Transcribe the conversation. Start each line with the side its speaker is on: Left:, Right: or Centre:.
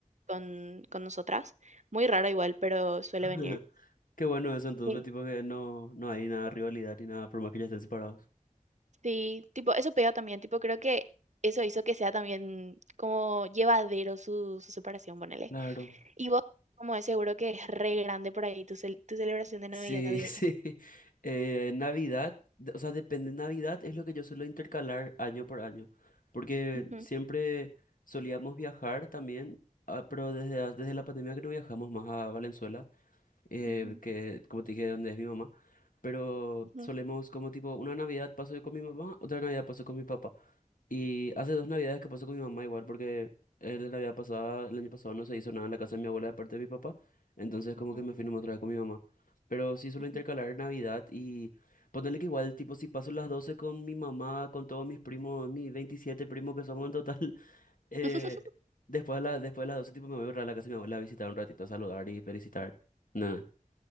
Right: con, con nosotras. Muy raro igual, pero suele
Left: <laughs>
Right: venir.
Left: Qué bueno eso, entonces,
Right: Sí.
Left: tipo que no, no hay nada de rivalidad ni nada, por más que ya estén separados.
Right: Sí, tipo, eso pega también, tipo, creo que eso hizo que sea también como llevadero su, su separación, ponele.
Left: Claro.
Right: Y vos, como es seguro que es re grande por ahí tu, cel- tu celebración de Navidad
Left: Sí,
Right: y
Left: <laughs> sí.
Right: eso.
Left: Eh, Navidad, de- o sea, depende. Navidad es lo que yo suelo intercalar año por año, porque
Right: Ujú,
Left: siempre solíamos viajar también, ah, pero desde, a- desde la pandemia que no viajamos más a Valenzuela, eh,
Right: ujú,
Left: que como te dije, donde es mi mamá. pero
Right: ujú,
Left: solemos como tipo, una Navidad paso yo con mi mamá, otra Navidad paso con mi papá. Y hace dos Navidades que paso con mi mamá igual, porque eh, la Navidad pasada, el año pasado no se hizo nada en la casa de mi abuela de parte de mi papá, entonces como
Right: ujú,
Left: que me fui nomás otra vez con mi mamá. Pero sí suelo
Right: ujú.
Left: intercalar Navidad y ponerle que igual, tipo, si paso las 12 con mi mamá, con todos mis primos, mis 27 primos que somos en total, <laughs> eh,
Right: <laughs>
Left: después de, la- después de las 12 tipo me voy a ir a la casa de mi abuela a visitar un ratito, a saludar y felicitar. No,